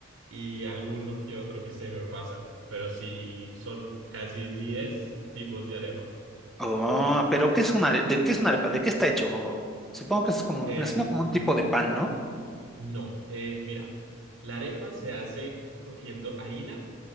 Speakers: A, on the right; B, in the centre.
A: y alguno que otro que se me pasa. Pero sí, son casi 10 tipos de arepa.
B: Oh, pero ¿qué es una, are- de qué es una arepa? ¿De qué está hecho? Supongo que es como,
A: Eh,
B: me suena como un tipo de pan, ¿no?
A: no, eh, mira, la arepa se hace cogiendo harina